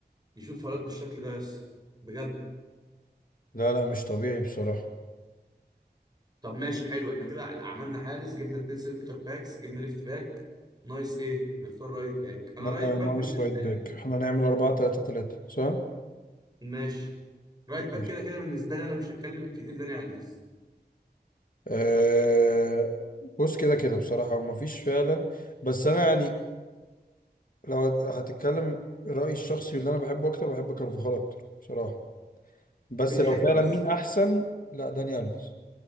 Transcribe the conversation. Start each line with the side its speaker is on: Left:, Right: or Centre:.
Right: يشوط فاولات بالشكل ده بس بجد
Left: لا لا مش طبيعي بصراحة
Right: طب ماشي حلو احنا كده عملنا حارس جبنا اتنين سنتر باكس جبنا ليفت باك نايس ايه نختار رايت باك انا
Left: نا-
Right: رايت باك
Left: ناقص
Right: بالنسبه
Left: رايت باك
Right: لي
Left: احنا نعمل 4 3 3 صح؟
Right: ماشي رايت باك
Left: ماشي
Right: كده كده بالنسبه لي انا مش هتكلم كتير داني الفيس
Left: أه بص كده كده بصراحة ومفيش فعلا بس انا يعني لو هت- هتتكلم رأيي الشخصي اللي انا بحبه اكتر بحب كارفاخال اكتر بصراحة بس
Right: بتحب
Left: لو فعلا
Right: بس
Left: مين احسن لا داني الفيس